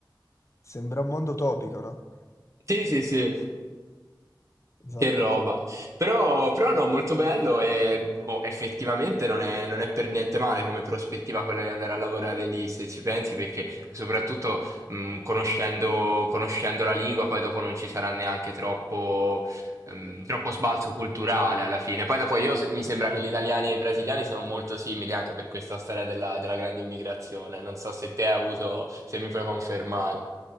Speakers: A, on the left; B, on the right.
A: Sembra un mondo utopico, no?
B: Sì, sì, sì.
A: Esatto.
B: Che roba. Però, però no, molto bello e boh, effettivamente non è, non è per niente male come prospettiva quella di andare a lavorare lì, se ci pensi, perché soprattutto mh, conoscendo, conoscendo la lingua, poi dopo non ci sarà neanche troppo, ehm, troppo sbalzo culturale alla fine. Poi dopo io se- mi sembra che gli italiani e i brasiliani sono molto simili anche per questa storia della, della grande immigrazione. Non so se te hai avuto, se mi puoi confermare.